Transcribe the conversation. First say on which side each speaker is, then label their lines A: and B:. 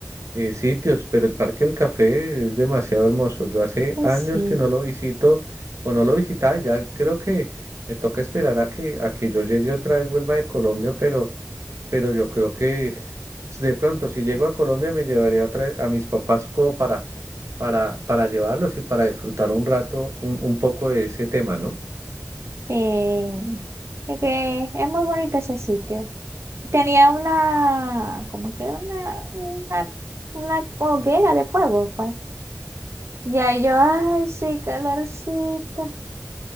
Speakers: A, on the right; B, on the right.
A: eh, sitios, pero el Parque del Café es demasiado hermoso. Yo hace
B: Eh,
A: años
B: Sí.
A: que no lo visito o no lo visitaba, ya creo que me toca esperar a que, a que yo llegue otra vez, vuelva de Colombia, pero, pero yo creo que pues, de pronto si llego a Colombia me llevaría otra vez a mis papás como para, para, para llevarlos y para disfrutar un rato, un, un poco de ese tema, ¿no?
B: Eh, es que es muy bonito ese sitio. Tenía una, como que una, una, una hoguera de fuego, pues. Y ahí yo, ay, sí, calorcito.